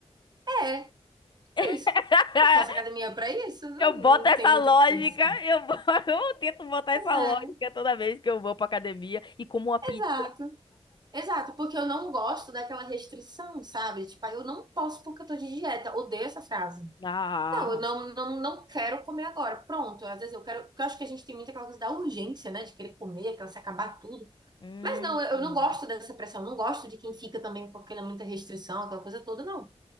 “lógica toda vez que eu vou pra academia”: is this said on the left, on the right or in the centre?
Left